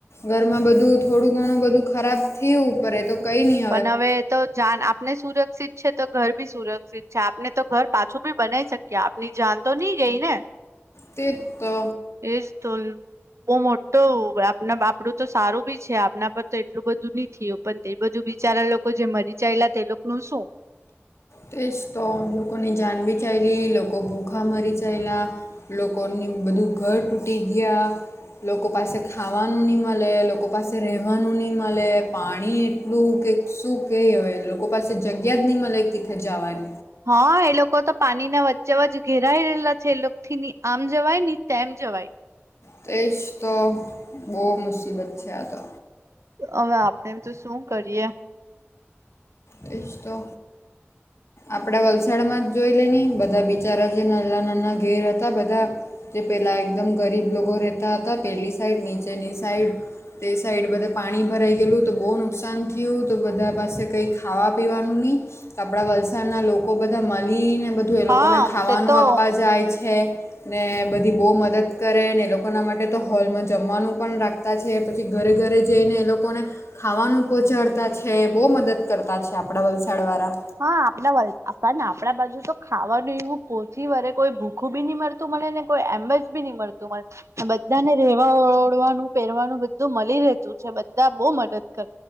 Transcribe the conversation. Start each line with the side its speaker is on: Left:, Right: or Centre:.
Left: ઘરમાં બધું થોડું ઘણું બધું ખરાબ થયું પર એ તો કઈ નહીં.
Right: પણ હવે તો જાન આપને સુરક્ષિત છે તો ઘર બી સુરક્ષિત છે આપને તો ઘર પાછું બી બનાઈ શકી કે આપની જાન તો નહી ગઈ ને.
Left: તે જ તો.
Right: એ જ તો બઉ મોટો <unintelligible> આપણું તો સારું બી છે આપના પર તો એટલું બધું નહી થયું પણ તે બધું બિચારા લોકો જે મરી ચાયલા તે લો નું શું.
Left: તે જ તો લોકોની જાન બી ચાયલી લોકો ભૂખા મરી ચાયલા લોકોની બધું ઘર તૂટી ગયા લોકો પાસે ખાવાનું ની મલે લોકો પાસે રહેવાનું ની મલે પાણી એટલું કે શું કે હવે લોકો પાસે જગ્યા જ નહી મલે કીથે જવાની
Right: હા એ લોકો તો પાણીના વચ્ચે વચ ઘેરાઈ રહેલા છે એ લોકો થી ની આમ જવાય ની તેમ જવાય.
Left: તે જ તો બહુ મુસીબત છે આ તો.
Right: હવે આપડે બી તો શું કરીએ.
Left: તે જ તો. આપણે વલસાડમાં જ જોઈ લે ની બધા બિચારા જે નાના નાના ઘેર હતા બધા તે પેલા એકદમ ગરીબ લોકો રહેતા હતા પેલી સાઈડ નીચેની સાઈડ તે સાઈડ બધે પાણી ભરાઈ ગયેલું તો બહુ નુકસાન થયું તો બધા પાસે કંઈક ખાવા પીવાનું ની આપડા વલસાડના લોકો બધા મલીને બધુ તો એ લોકોને
Right: હા
Left: ખાવાનું
Right: તે તો
Left: આપવા જાય છે ને બધી બહુ મદદ કરે ને એ લોકો લોકોના માટે તો હોલમાં જમવાનું પણ રાખતા છે પછી ઘરે ઘરે જઈને એ લોકોને ખાવાનું પહોંચાડતા છે બહુ મદદ કરતા છે આપડા વલસાડ વાળા
Right: હા આપણાને આપણા બાજુ તો ખાવાનું એવું પોચી વરે કોઈ ભૂખું બી નહીં મળતું તું મને અને કોઈ એમ જ બી નહી મળતું મને હા બધા ને રેવા ઓડવાનું પહેરવાનું બધું મળી રહેતું છે બધા બધા બહુ મદદ કરે